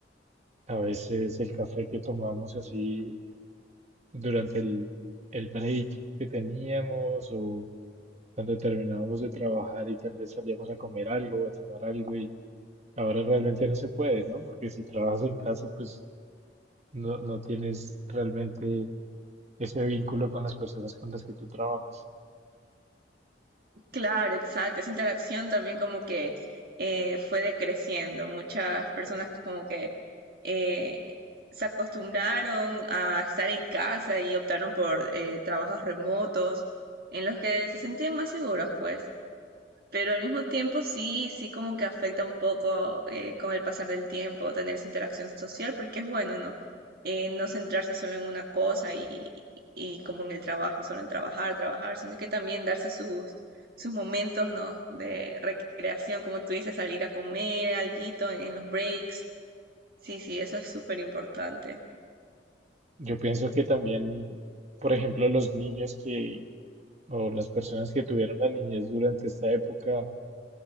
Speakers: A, on the right; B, on the right.
A: a veces el café que tomamos así durante el, el break que teníamos o cuando terminábamos de trabajar y tal vez salíamos a comer algo, a tomar algo y ahora realmente no se puede, ¿no? Porque si trabajas en casa, pues no, no tienes realmente ese vínculo con las personas con las que tú trabajas.
B: Claro, exacto. Esa interacción también como que eh, fue decreciendo. Muchas personas como que eh, se acostumbraron a estar en casa y optaron por eh, trabajos remotos en los que se sentían más seguros, pues. Pero al mismo tiempo sí, sí como que afecta un poco eh, con el pasar del tiempo tener esa interacción social, porque es bueno, ¿no? Eh, no centrarse solo en una cosa y, y como en el trabajo, solo en trabajar, trabajar, sino que también darse sus, sus momentos, ¿no? De recreación, como tú dices, salir a comer, alguito en los breaks. Sí, sí, eso es súper importante.
A: Yo pienso que también, por ejemplo, los niños que o las personas que tuvieron la niñez durante esta época,